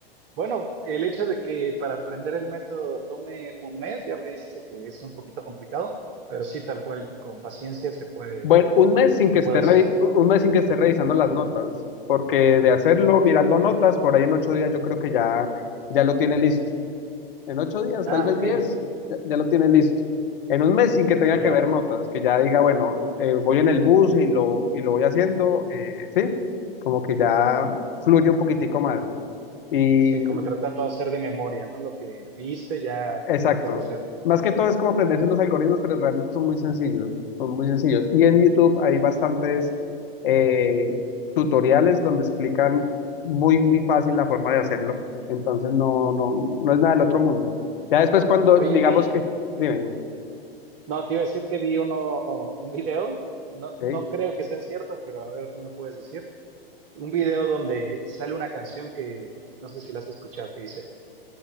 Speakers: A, on the right; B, on the left.
A: Bueno, el hecho de que para aprender el método tome un mes ya me dice que es un poquito complicado, pero sí, tal cual, con paciencia se puede,
B: Bueno, un mes sin
A: se
B: que
A: puede
B: esté
A: hacer.
B: revi- un mes sin que esté revisando las notas, porque de hacerlo mirando
A: Ok.
B: notas, por ahí en ocho días yo creo que ya, ya lo tiene listo. en ocho días,
A: Ah,
B: tal vez
A: ok.
B: diez, ya, ya lo tiene listo. En un mes sin que tenga
A: Ya.
B: que ver notas, que ya diga, bueno, eh, voy en el bus y lo, y lo voy haciendo, eh, sí, como que ya fluye un poquitico más. Y
A: Sí, como tratarlo de hacer de memoria, ¿no? Lo que viste, ya
B: exacto.
A: tratas de hacerlo.
B: Más que todo es como aprenderse unos algoritmos, pero realmente son muy sencillos, son muy sencillos. Y en YouTube hay bastantes eh, tutoriales donde explican muy, muy fácil la forma de hacerlo. Entonces no, no, no es nada del otro mundo. Ya después cuando
A: Oye,
B: digamos
A: vi,
B: que, dime, dime,
A: no, te iba a decir que vi uno, un video, no,
B: ¿sí?
A: no creo que sea cierto, pero a ver, tú me puedes decir. Un video donde sale una canción que no sé si la has escuchado, que dice.